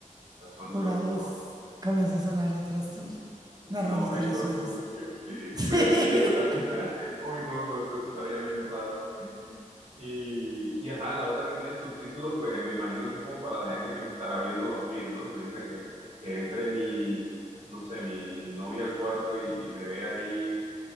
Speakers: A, on the right (about 50°); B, on the right (about 30°).
A: está sonando
B: Una
A: el locutor,
B: voz comienza a sonar detrás tuyo, narrándote
A: una voz ahí
B: los
A: profunda
B: sueños. <laughs>
A: <laughs>
B: Sí.
A: y me despierta. <laughs> Uy, no, no, esto, eso estaría bien raro. Y, y ajá, la otra que tiene subtítulos, pues me imagino que es como para la gente que me estará viendo dormir, ¿no? Imagínate que, que entre mi, no sé, mi, mi novia al cuarto y, y me ve ahí